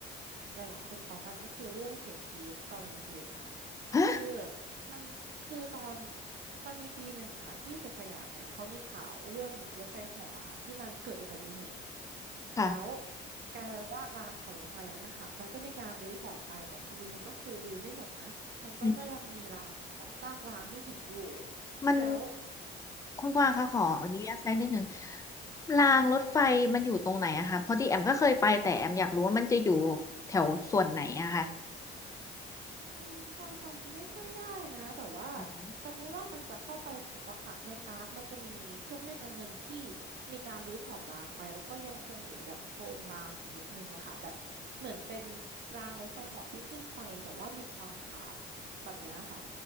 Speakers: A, on the right (about 55°); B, on the left (about 15°).
A: หลายๆคนพร้อมกันก็คือเรื่องเสียงกรี๊ดตอนกลางคืนค่ะ
B: ฮะ
A: คือมันคือตอน มันมีปีหนึ่งค่ะที่สุดสยามเนี่ยเขามีข่าวเรื่องรถไฟเหาะอะค่ะที่มันเกิดอุบัติเหตุ
B: ค่ะ
A: แล้วกลายเป็นว่ารางของรถไฟนั้นนะคะมันก็มีการรื้อถอนไปแต่คือมันก็คือรื้อไม่หมดนะมันก็จะยังมีรางแบบซากรางที่เห็นอยู่
B: อืมมัน
A: แล้ว
B: คุณกวางคะขออนุญาตแซงนิดนึง
A: ค่ะ
B: รางรถไฟมันอยู่ตรงไหนอะคะเพราะที่แอมก็เคยไปแต่แอมอยากรู้ว่ามันจะอยู่แถวส่วนไหนอะค่ะ
A: อืมกวางจำไม่ค่อยได้นะแต่ว่า
B: อืม
A: จำได้ว่ามันจะเข้าไปปุบอะค่ะในปาร์คมันจะมีเครื่องเล่นอันหนึ่งที่มีการรื้อถอนรางไปแล้วก็ยังคงเหลือแบบโครงรางอยู่นิดนึงอะค่ะแบบเหมือนเป็นรางรถไฟเหาะที่ขึ้นไปแต่ว่ามีความขาดแบบเนี้ยค่ะ